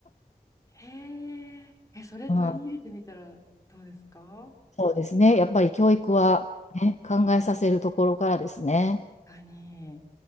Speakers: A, on the left (about 20°); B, on the left (about 45°).
A: へえ、え、それ取り入れてみたらどうですか
B: <laughs> うん、そうですね。やっぱり教育は、
A: 確
B: ね、考えさせるところからですね。
A: かに。